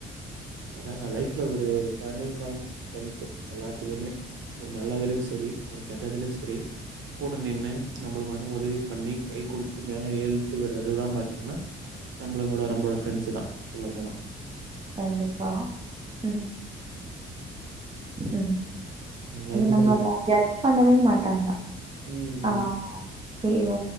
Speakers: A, on the right (about 70°); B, on the right (about 25°).
A: அதாங்க லைஃப்ல ஒரு டர்னிங் பாயிண்ட் ஃப்ரெண்ட்ஸ் எல்லாத்துலையுமே ஒரு நல்லதுலயு செரி ஒரு கெட்டதலயு செரி கூட நின்னு நம்மளுக்கு வந்து உதவி பண்ணி கை குடுத்து மேல ஏத்தி விட்றதெல்லா பாத்தீங்கன்னா நம்மள கூட நம்மளோட ஃப்ரெண்ட்ஸ் தா சொல்ல போனா
B: கண்டிப்பா ம் ம்
A: என் லைஃபில்
B: உண்ம லா ஜர்ஜ் பண்ணவே மாட்டாங்க
A: ம்
B: ஆ
A: ம்.
B: ஐயோ